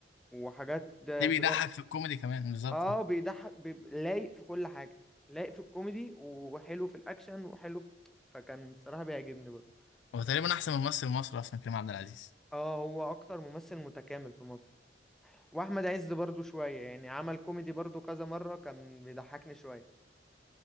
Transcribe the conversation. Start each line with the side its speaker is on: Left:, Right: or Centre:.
Centre: وحاجات درام
Left: ليه بيضحك في الكوميدي كمان بالظبط
Centre: اه بيضحك بيب- لايق في كل حاجة لايق في الكوميدي وحلو في الأكشن وحلو في... فكان الصراحة بيعجبني برضه
Left: هو تقريبا احسن من ممثل مصر اصلا كريم عبد العزيز
Centre: اه هو أكتر ممثل متكامل في مصر وأحمد عز برضه شوية يعني عمل كوميدي برضه كذا مرة كان بيضحكني شوية